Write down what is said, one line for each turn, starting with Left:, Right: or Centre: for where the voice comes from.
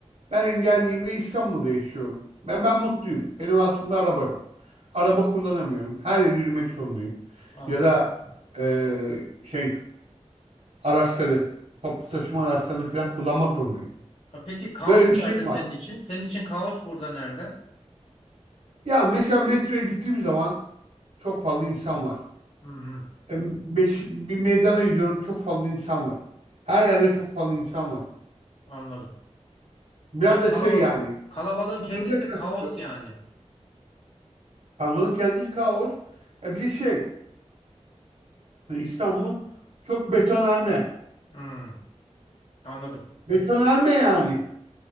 Right: Ben engelliyim ve İstanbul'da yaşıyorum. Ben ben mutluyum. Benim aslında araba yok. Araba kullanamıyorum. Her yere yürümek zorundayım.
Left: anladım.
Right: Ya da eee, şey araçları, toplu taşıma araçlarını falan kullanmak zorundayım.
Left: Ha, peki kaos
Right: Böyle bir şeyim
Left: nerede senin
Right: var.
Left: için? Senin için kaos burada nerede?
Right: Ya mesela metroya gittiğim zaman çok fazla insan var.
Left: Hı hı.
Right: E, beş- bir meydana gidiyorum çok fazla insan var. Her yerde çok fazla insan var.
Left: Anladım.
Right: Biraz
Left: Ya
Right: da
Left: kalabal
Right: şey yani
Left: kalabalığın kendisi
Right: Şunu kastediyor.
Left: kaos yani.
Right: Kazmanın kendisi kaos. E bir de şey e, İstanbul çok betonarme.
Left: Hmm, anladım.
Right: Betonarme yani.